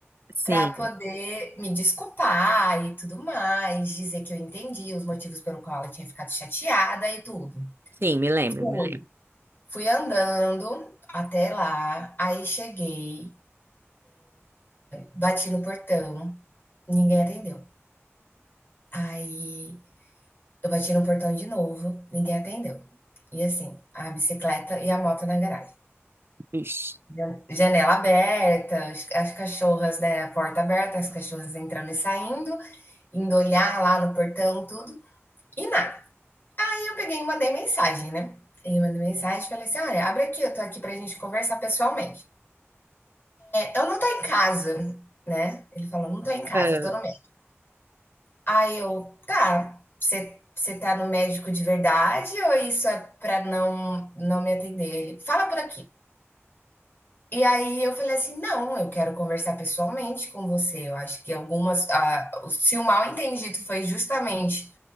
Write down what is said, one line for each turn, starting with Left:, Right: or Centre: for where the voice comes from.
Right: sim,
Left: pra poder me desculpar e tudo mais, dizer que eu entendi os motivos pelo qual ela tinha ficado chateada e tudo.
Right: sim, me lembro,
Left: Fui.
Right: me lembro.
Left: Fui andando até lá, aí cheguei, bati no portão, ninguém atendeu. Aí eu bati no portão de novo, ninguém atendeu. E assim, a bicicleta e a moto na garagem.
Right: Ixi.
Left: Jan- Janela aberta, as, as cachorras, né? A porta aberta, as cachorras entrando e saindo, indo olhar lá no portão, tudo, e nada. Aí eu peguei e mandei mensagem, né? Eu mandei mensagem e falei assim: olha, abre aqui, eu tô aqui pra gente conversar pessoalmente. Eu não tô em casa, né. Ele falou: "Não tô em casa,
Right: Ah,
Left: tô no médico". Aí eu: "Tá, você você tá no médico de verdade ou isso é pra não não me atender?" Ele: "Fala por aqui". E aí eu falei assim: "Não, eu quero conversar pessoalmente com você, eu acho que algumas ah, se o mal entendido foi justamente